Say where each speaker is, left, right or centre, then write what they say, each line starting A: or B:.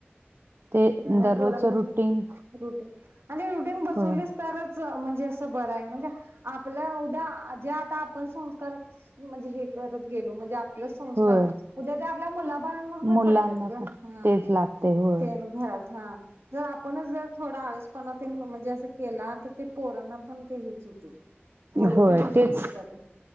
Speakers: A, on the right; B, on the right.
A: ते
B: हा
A: दररोजच
B: पोरांचं
A: रुटीन
B: रुटीन आणि रुटीन बसवलीस
A: होय
B: तरच म्हणजे अस बरहाय म्हणजे आपल्या उद्या जे आता आपण संस्कार म्हणजे हे करत गेलो म्हणजे आपलंच संस्कार
A: होय
B: उद्या ते आपल्या मुलाबाळंवर प
A: मुलांना
B: पडत्यात ग
A: पण
B: हा
A: तेच लागते होय.
B: तेन घरात हा जर आपणच जर थोडा आळसपणा म्हणजे असं केला तर ते पोरांना पण ते हे होतय. पोर
A: होय
B: पण तस
A: तेच
B: होत जातात